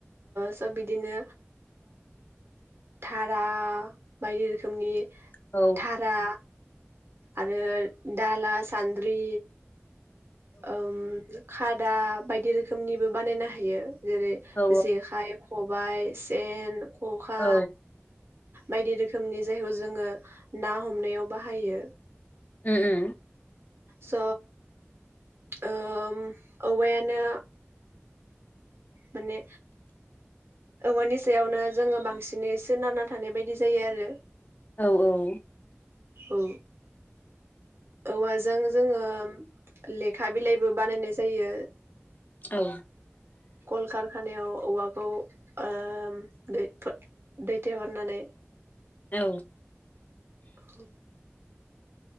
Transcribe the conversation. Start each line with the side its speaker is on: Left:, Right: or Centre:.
Right: स' बिदिनो धारा बायदि रोखोमनि
Left: औ
Right: दारा आरो दाला सान्द्रि औ खादा बायदि रोखोमनिबो बानायनो हायो जेरै
Left: औ
Right: जेखाइ खबाइ सेन खखा
Left: औ
Right: बायदि रोखोमनि जायखौ जोङो ना हमनायाव बाहायो
Left: उम उम
Right: स ओ औवायानो माने औवानि सायावनो जोङो बांसिनैसो सोनारना थानाय बायदि जायो आरो
Left: औ औ
Right: औ औवाजों जोङो लेखा बिलाइबो बानायनाय जायो
Left: औ
Right: कल-कारकाना खानायाव औवाखौ ओ दै दैथायहरनानै
Left: औ
Right: उम